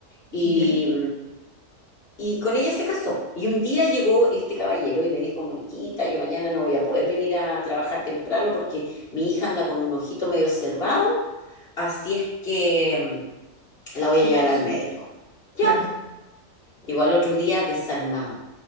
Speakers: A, on the left; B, on the right.
A: y,
B: ya.
A: y con ella se casó. Y un día llegó este caballero y me dijo, Moniquita, yo mañana no voy a poder venir a trabajar temprano porque mi hija anda con un ojito medio cerrado, así es que mm, la voy
B: ¿Qué
A: a llevar
B: pasó?
A: al médico. Ya,
B: Claro.
A: Llegó al otro día desarmado,